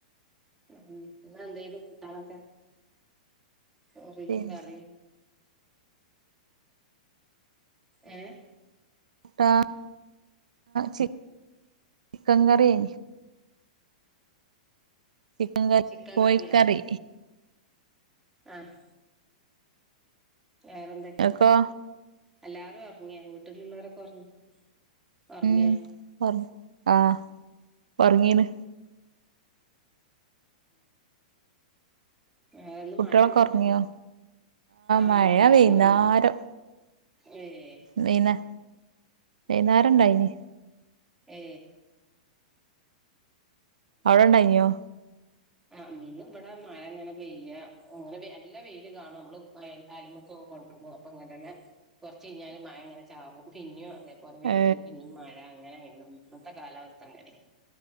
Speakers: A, in the centre; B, on the right.
A: ഉം ഇന്ന് എന്തേന്നു കൂട്ടാനൊക്കെ ചോറ് വെപ്പ്
B: പിന്നെ
A: കറി ഏഹ്
B: കൂട്ടാൻ ചി ചിക്കൻ കറിയെ ചിക്കൻ കറി
A: ചിക്കൻ
B: കോഴിക്കറി
A: കറിയാ ആഹ് വേറെന്തൊക്കെ
B: ഇങ്ങക്കോ
A: എല്ലാരും ഉറങ്ങിയാ വീട്ടിലുള്ളവരൊക്കെ ഉറങ്ങി ഉറങ്ങിയാ
B: ഉം പറ ആഹ് ഉറങ്ങിയാണ്
A: ഉം
B: കുട്ടികളൊക്കെ
A: മഴ ഉണ്ടോ
B: ഒറങ്ങിയോ
A: അവിടെ ആഹ്
B: മഴ
A: കുട്ടികളെക്കെ
B: വൈന്നേരം
A: ഉറങ്ങി ആഹ്
B: വൈന്നേ വൈന്നേരം ഇണ്ടായിനി
A: ഏ
B: അവിടെ ഉണ്ടായിനിയോ
A: ആഹ് ഇവിടെ മഴ ഇങ്ങനെ പെയ്യാ അങ്ങനെ നല്ല വെയില് കാണും നമ്മള് മഴ അലമുക്ക് കൊണ്ട് പോ അപ്പൊ ഇങ്ങനെ തന്നെ കുറ ച്ച് കഴിഞ്ഞാല് മഴങ്ങനെ ചാറും പിന്നെയും അതേപോലെ വെയില്
B: ഏ
A: പിന്നേ മഴ അങ്ങനെയങ്ങനെ ഇന്നത്തെ കാലാവസ്ഥ അങ്ങനെ